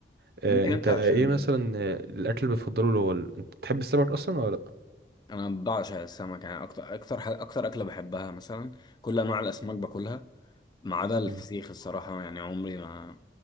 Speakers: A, on the right (about 55°); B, on the left (about 25°).
A: آه
B: ممكن
A: انت
B: انت
A: ايه
B: عشان
A: مثلا آه، الاكل اللي بتفضله اللي هو ال- انت بتحب السمك اصلا ولا لا
B: انا بعشق السمك يعني اكتر اكتر ح- اكتر اكلة بحبها مثلا كل انواع الاسماك باكلها ما عدا الفسيخ
A: مم.
B: الصراحة يعني عمري ما